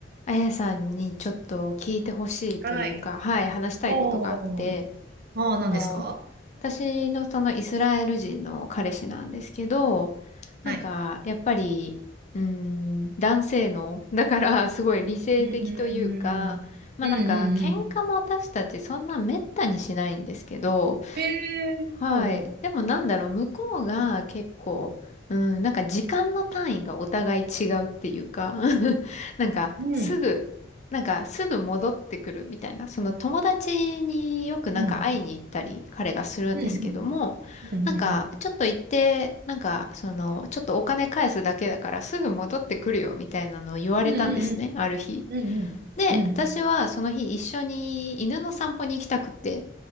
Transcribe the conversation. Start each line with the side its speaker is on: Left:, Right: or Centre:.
Left: あやさんにちょっと聞いてほしいというか、
Right: はい。
Left: はい、話したいことがあって、
Right: おー。ああ、何ですか
Left: あの、私のそのイスラエル人の彼氏なんですけど、なんか、
Right: はい。
Left: やっぱり、うーん、男性の、だからすごい理性的というか、
Right: うーん。
Left: まあなんか、
Right: うん
Left: 喧嘩も私たちそんな滅多にしないんですけど、
Right: うんうん。ええー、
Left: はい。
Right: ほうほ
Left: でもなんだろう、向こうが結構、うん、なんか時間の単位がお互い違うっていうか、<laughs> なんかすぐ、
Right: うん。
Left: なんかすぐ戻ってくるみたいな、その友達によくなんか会いに行ったり彼がするんですけども、
Right: うん。うんうん。うんうんうん。
Left: なんかちょっと行って、なんかその、ちょっとお金返すだけだからすぐ戻ってくるよみたいなのを言われたんですね、
Right: うんう
Left: ある日。
Right: んうん。
Left: で、
Right: うんう
Left: 私はその日一緒に犬の散歩に行きたくって、